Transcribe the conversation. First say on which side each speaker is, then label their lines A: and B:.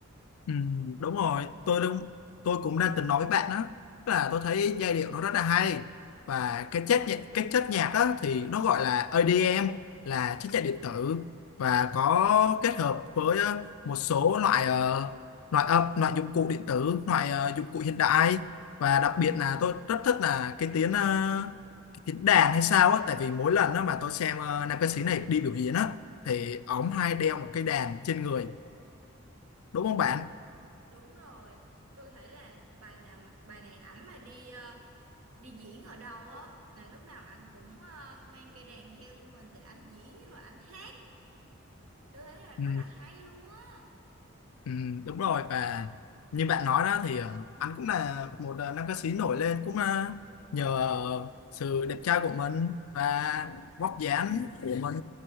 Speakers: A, on the left; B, on the right.
A: Ừ, đúng rồi tôi đúng tôi cũng đang từng nói với bạn đó Tức là tôi thấy giai điệu nó rất là hay và cái chất nhạc cái chất nhạc đó thì nó gọi là EDM là chất nhạc điện tử và có kết hợp với ờ, một số loại ờ, loại âm loại dụng cụ điện tử loại ờ, dụng cụ hiện đại và đặc biệt là tôi rất thích là cái tiếng ờ, cái tiếng đàn hay sao á tại vì mỗi lần đó mà tôi xem ờ, nam ca sĩ này đi biểu diễn á thì ổng hay đeo một cái đàn trên người đúng không bạn
B: đúng rồi tôi thấy là bài nào mà- bài này ảnh mà đi ờ, đi diễn ở đâu á là lúc nào ảnh cũng ờ, mang cây đàn theo cho mình để ảnh diễn rồi ảnh hát tôi thấy là rất
A: Ừ.
B: là hay luôn á
A: Ừ, đúng rồi và như bạn nói đó thì ờ, anh cũng là một ờ, nam ca sĩ nổi lên cũng ờ, nhờ ờ, sự đẹp trai của mình và vóc dáng của mình